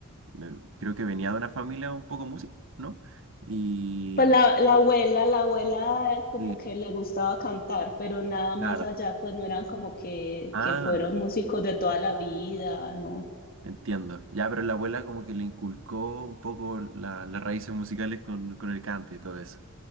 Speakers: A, on the right; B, on the left.
A: me- creo que venía de una familia un poco música, ¿no? Y,
B: Pues la, la abuela, la abuela eh, como
A: y
B: que le gustaba cantar, pero nada más
A: claro.
B: allá, pues no eran como que,
A: Ah.
B: que fueron músicos de toda la vida, ¿no?
A: Entiendo. Ya, pero la abuela como que le inculcó un poco la- las raíces musicales con, con el cante y todo eso.